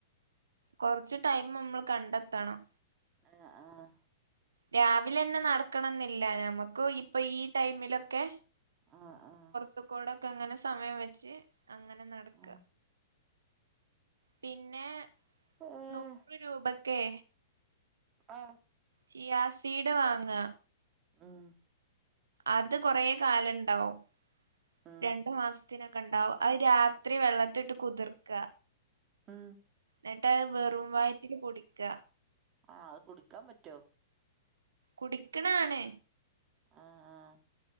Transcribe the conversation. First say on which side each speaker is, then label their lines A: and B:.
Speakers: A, on the right; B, on the right.
A: കൊറച്ച് ടൈം നമ്മള് കണ്ടെത്തണം
B: ആഹ് ആഹ്
A: രാവിലെ അന്നേ നടക്കണന്നില്ല നമുക്ക് ഇപ്പൊ ഈ ടൈമിലൊക്കെ
B: ആ ആഹ്
A: ഇതുക്കോടൊക്കെ ഇങ്ങനെ സമയം വെച്ച് അങ്ങനെ നടക്ക
B: ആഹ്
A: പിന്നെ
B: ആഹ് ഏഹ്
A: നൂറ് രൂപക്കെ
B: ആ
A: ചിയാസീട് വാങ്ങ
B: ഉം
A: അത് കൊറെ കാലംണ്ടാവും
B: ഉം
A: രണ്ടു മാസ ത്തിനൊക്കെ ഉണ്ടാവും അത് രാത്രി വെള്ളത്തിലിട്ട് കുതിർക്ക
B: ആഹ്
A: ന്ന്ട്ട് അത് വെറും വയറ്റില് കുടിക്ക
B: ആഹ് അത് കുടിക്കാൻ പറ്റോ
A: കുടിക്ക്ണാണ്
B: ആഹ് ആഹ്